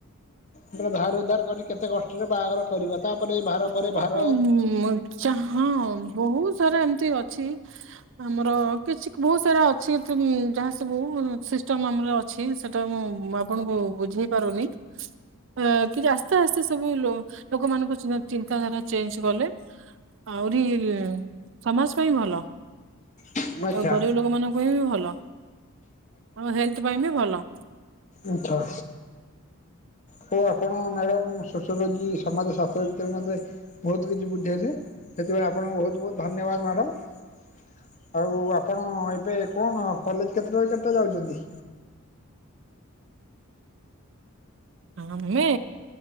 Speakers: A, on the left (about 35°); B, on the right (about 55°).
A: ହେତିରେ ଧାର ଉଧାର କରି କେତେ କଷ୍ଟରେ ବାହାଘର କରିବା ତାପରେ ଭାର
B: ଲୋକ
A: ପରେ ଭାର
B: ପା ଉଁ ଚା ହଁ ବୋହୁତ ସାରା ଏମତି ଅଛି ଆମର କିଛି କ୍ ବୋହୁତ୍ ଯାହା ଅଛି ତୁ ଯାହା ସବୁ ଉଁ ସିଷ୍ଟମ୍ ଆମର ର ଅଛି ସେଟା ମୁଁ ଆପଣଙ୍କୁ ବୁଝେଇ ପାରୁନି। ଅ କି ଜାସ୍ ତେ ଆସ୍ତେ ସବୁ ଲୋ ଲୋକମାନଙ୍କୁ ଚିହ୍ନ ଚିନ୍ତାଧାରା ଚେଞ୍ଚ୍ କଲେ ଆହୁରି ସମାଜ ପାଇଁ ଭଲ।
A: ଆଚ୍ଛା
B: ଆଉ ଗରିବ ଲୋକମାନଙ୍କ ପାଇଁ ବି ଭଲ। ଆମ ହେଲ୍ଥ ପାଇଁ ବି ଭଲ।
A: ଉଁ ଛ ହୋଉ ଆପଣ ମ୍ୟାଡ଼ମ ସୋସିଓଲୋଜି ସମାଜ ରଛି ସମାଜ ଶା୍ର ମେ ବୋହୁତ କିଛି ବୁଝେଇଲେ। ସେଥିପାଇଁ ଆପଣଙ୍କୁ ବୋହୁତ ବୋହୁତ ଧନ୍ୟବାଦ ମ୍ୟାଡ଼ମ୍। ଆଉ ଆପଣ ଏବେ କଣ କଲେଜ କେତେଟାରୁ କେତେଟା ଯାଉଚନ୍ତି?
B: ଆମେ